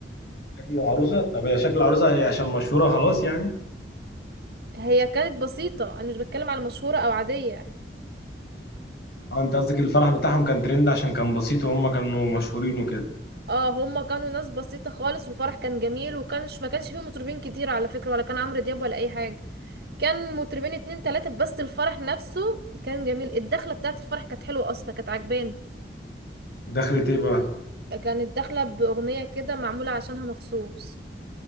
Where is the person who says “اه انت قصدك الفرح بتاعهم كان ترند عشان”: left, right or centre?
Left